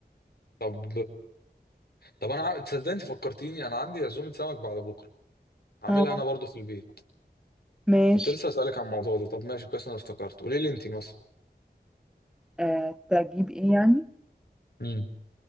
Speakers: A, on the left (about 65°); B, in the centre.
A: طب طب انا عا- تصدق انت فكرتيني انا عندي عزومه سمك بعد بكره عاملها
B: اه
A: انا برضو في البيت
B: ماشي
A: كنت لسه اسالك عن الموضوع ده طب ماشي كويس انا افتكرت قولي لي انت مثلا
B: آه تجيب ايه يعني
A: امم